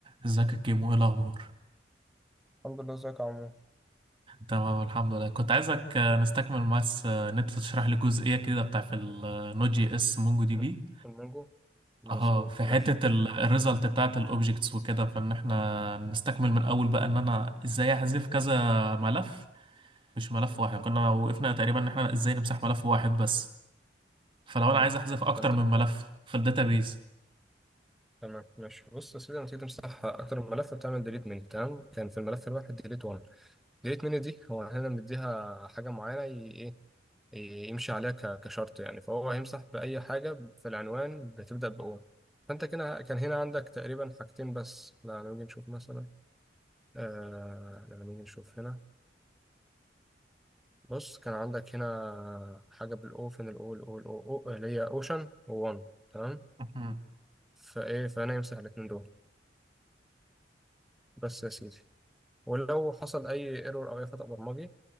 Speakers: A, on the right; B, in the centre.
A: ازيك يا كيمو ايه الاخبار
B: الحمد لله ازيك يا عمو
A: تمام الحمد لله كنت عايزك آه، نستكمل بس آه، ان انت تشرح لي جزئيه كده بتاعت النود جي اس مونجو دي
B: م-
A: بي
B: المانجو مظبوط
A: اه في حته
B: ماشي
A: الريزلت بتاعت الاوبجكتس وكده فان احنا نستكمل من اول بقى ان انا ازاي احذف كذا ملف مش ملف واحد يعني كنا وقفنا تقريبا ان احنا ازاي نمسح ملف واحد بس فلو
B: تمام
A: انا عايز احذف اكتر
B: فانت
A: من ملف في الداتابيز
B: تمام ماشي بص يا سيدي لما تيجي تمسح اكتر من ملف بتعمل ديليت مني تمام كان في الملف الواحد ديليت 1 ديليت مني دي هو هنا مديها حاجه معينه ي- ايه ي- يمشي عليها ك- كشرط يعني فهو هيمسح باي حاجه في العنوان بتبدا بأو فانت كده كان هنا عندك تقريبا حاجتين بس لا لما نيجي نشوف مثلا آه لما نيجي نشوف هنا بص كان عندك هنا حاجة بالأوفن الأو الأو الأو أو اللي هي أوشن وون تمام
A: مهم.
B: فإيه فأنا يمسح الاتنين دول بس يا سيدي ولو حصل أي ايرور أو أي خطأ برمجي